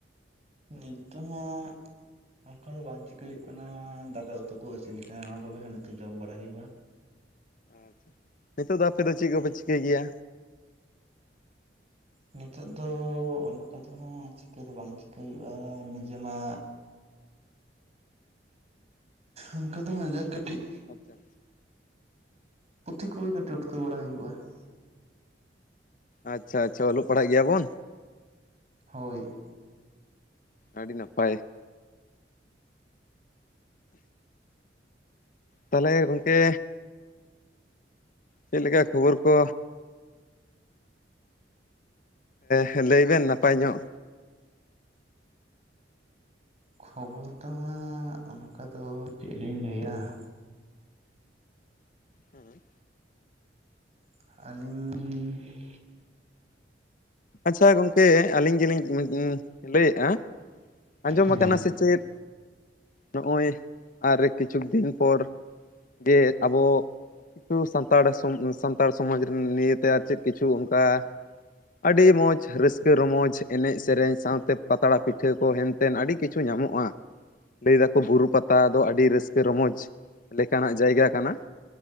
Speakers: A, on the right; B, on the left.
A: ᱱᱤᱛᱚᱜ ᱦᱚᱸ ᱚᱱᱠᱟ ᱫᱚ ᱵᱟᱝ ᱪᱤᱠᱟᱹᱭ ᱦᱩᱭᱩᱜ ᱠᱟᱱᱟ ᱫᱟᱠᱟ ᱩᱛᱩ ᱠᱚ ᱤᱥᱤᱱ ᱠᱟᱱᱟ ᱚᱱᱟ ᱠᱚᱜᱮ ᱦᱟᱜ ᱱᱤᱛᱚᱜ ᱡᱚᱢ ᱵᱟᱲᱟᱟᱭ ᱦᱩᱭᱩᱜᱼᱟ ᱾
B: ᱟᱪᱪᱷᱟ ᱱᱤᱛᱚᱜ ᱫᱚ ᱟᱯᱮ ᱫᱚ ᱪᱮᱫ ᱠᱚᱯᱮ ᱪᱤᱠᱟᱹᱭ ᱜᱮᱭᱟ?
A: ᱱᱤᱛᱚᱜ ᱫᱚ ᱚᱱᱠᱟ ᱫᱚ ᱦᱟᱸᱜ ᱪᱤᱠᱟᱹ ᱫᱚ ᱵᱟᱝ ᱪᱤᱠᱟᱹᱭ ᱦᱩᱭᱩᱜᱼᱟ ᱱᱤᱡᱮ ᱢᱟ ᱚᱱᱠᱟ ᱫᱚ ᱡᱟᱜ ᱠᱟᱹᱴᱤᱡ
B: ᱟᱪᱪᱷᱟ
A: ᱯᱩᱛᱷᱤ ᱠᱚᱜᱮ ᱠᱟᱹᱴᱤᱡ ᱩᱴᱠᱟᱹᱣ ᱵᱟᱲᱟ ᱦᱩᱭᱩᱜᱼᱟ ᱾
B: ᱟᱪᱪᱷᱟ ᱟᱪᱷᱟ ᱚᱞᱚᱜ ᱯᱟᱲᱦᱟᱜ ᱜᱮᱭᱟᱵᱚᱱ ᱾
A: ᱦᱳᱭ
B: ᱟᱹᱰᱤ ᱱᱟᱯᱟᱭ ᱾ ᱛᱟᱦᱚᱞᱮ ᱜᱚᱝᱠᱮ ᱪᱮᱫ ᱞᱮᱠᱟ ᱠᱷᱚᱵᱚᱨ ᱠᱚ? ᱦᱮᱸ ᱞᱟᱹᱭ ᱵᱮᱱ ᱱᱟᱯᱟᱭ ᱧᱚᱜ?
A: ᱠᱷᱚᱵᱚᱨ ᱫᱚ ᱦᱟᱸᱜ ᱚᱱᱠᱟ ᱫᱚ ᱪᱮᱫ ᱞᱤᱧ ᱞᱟᱹᱭᱟ ᱾
B: ᱦᱮᱸ
A: ᱟᱹᱞᱤᱧ
B: ᱟᱪᱪᱷᱟ ᱜᱚᱝᱠᱮ ᱟᱹᱞᱤᱧ ᱜᱮᱞᱤᱧ ᱞᱟᱹᱭᱮᱫᱼᱟ ᱟᱸᱡᱚᱢ
A: ᱦᱮᱸ
B: ᱟᱠᱟᱱᱟ ᱥᱮ ᱪᱮᱫ ᱱᱚᱜᱼᱚᱭ ᱟᱨ ᱠᱤᱪᱷᱩᱠ ᱫᱤᱱ ᱯᱚᱨ ᱡᱮ ᱟᱵᱚ ᱥᱟᱱᱛᱟᱲ ᱥᱟᱱᱛᱟᱲ ᱥᱚᱢᱟᱡᱽ ᱨᱮᱱ ᱱᱤᱭᱟᱹᱛᱮ ᱟᱨ ᱪᱮᱫ ᱠᱤᱪᱷᱩ ᱚᱱᱠᱟ ᱟᱹᱰᱤ ᱢᱚᱡᱽ ᱨᱟᱹᱥᱠᱟᱹ ᱨᱚᱢᱚᱡᱽ ᱮᱱᱮᱡ ᱥᱮᱨᱮᱧ ᱥᱟᱶᱛᱮ ᱯᱟᱛᱲᱟ ᱯᱤᱴᱷᱟᱹ ᱠᱚ ᱦᱮᱱᱛᱮ ᱾ ᱟᱹᱰᱤ ᱠᱤᱪᱷᱩ ᱧᱟᱢᱚᱜᱼᱟ ᱾ ᱞᱟᱹᱭ ᱫᱟᱠᱚ ᱵᱩᱨᱩ ᱯᱟᱛᱟ ᱫᱚ ᱟᱹᱰᱤ ᱨᱟᱹᱥᱠᱟᱹ ᱨᱚᱢᱚᱡ ᱞᱮᱠᱟᱱᱟᱜ ᱡᱟᱭᱜᱟ ᱠᱟᱱᱟ ᱾